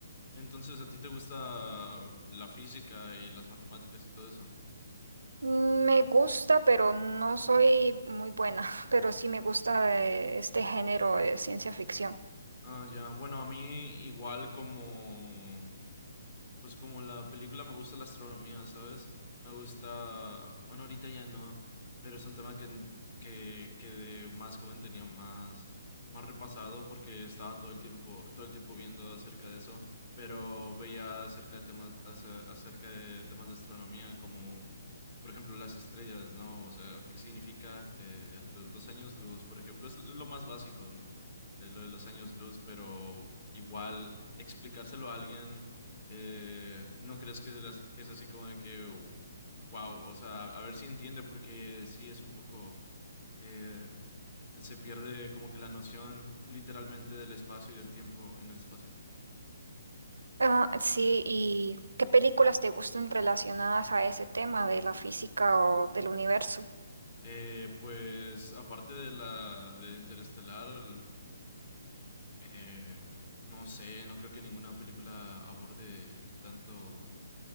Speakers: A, on the left; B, on the right.
A: Entonces, ¿a ti te gusta la física y las matemáticas y todo eso?
B: Me gusta, pero no soy muy buena, <laughs> pero sí me gusta eh, este género de ciencia ficción.
A: Ah, ya. Bueno, a mí igual como pues como la película me gusta la astronomía, ¿sabes? Me gusta, bueno, ahorita ya no, pero es un tema que, n- que, que de más joven tenía más, más repasado porque estaba todo el tiempo, todo el tiempo viendo acerca de eso, pero veía acerca de temas, ace- acerca de temas de astronomía como, por ejemplo, las estrellas, ¿no? O sea, ¿qué significa eh, lo- los años luz, por ejemplo? Es lo más básico, ¿no? Eh, lo de los años luz, pero igual explicárselo a alguien eh, ¿no crees que es, de las- que es así como de que, wow, o sea, a ver si entiende, porque sí es un poco, eh, se pierde como que la noción literalmente del espacio y del tiempo en el espacio.
B: Ah, sí, ¿y qué películas te gustan relacionadas a ese tema de la física o del universo?
A: Eh, pues aparte de la de Interestelar, el- eh, no sé, no creo que ninguna película aborde tanto...